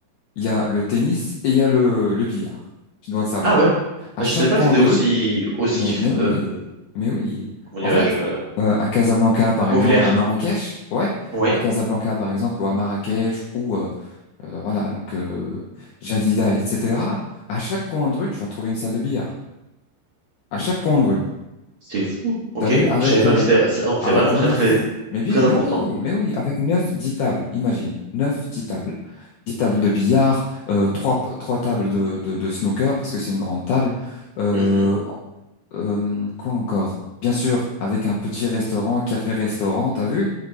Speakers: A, on the left; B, on the right.
A: il y a le tennis et il y a le le billard. Tu dois le savoir.
B: Ah ouais.
A: À
B: Ah, Je
A: chaque
B: savais pas
A: coin
B: que c'était
A: de
B: aussi,
A: rue.
B: aussi,
A: Mais mais oui,
B: euh,
A: mais oui.
B: comment
A: En
B: dirais-je,
A: fait,
B: euh,
A: euh, à Casablanca par exemple,
B: populaire.
A: à Marrakech, ouais,
B: Oui.
A: à Casablanca par exemple ou à Marrakech ou euh, euh, voilà donc euh, Jadida, etc. À chaque coin de rue, tu vas trouver une salle de billard. À chaque coin de rue.
B: C'est fou. Ok.
A: T'as vu avec
B: Je savais pas
A: euh,
B: que c'était, c'est- donc
A: Avec
B: c'est vraiment
A: neuf.
B: très, très,
A: Mais oui,
B: très
A: mais
B: important.
A: oui, mais oui, avec neuf, dix tables, imagine. Neuf, dix tables. Dix tables de billard, euh, trois, trois tables de, de, de snooker, parce que c'est une grande table. Euh,
B: Mhm.
A: euh, quoi encore? Bien sûr, avec un petit restaurant, café-restaurant, t'as vu?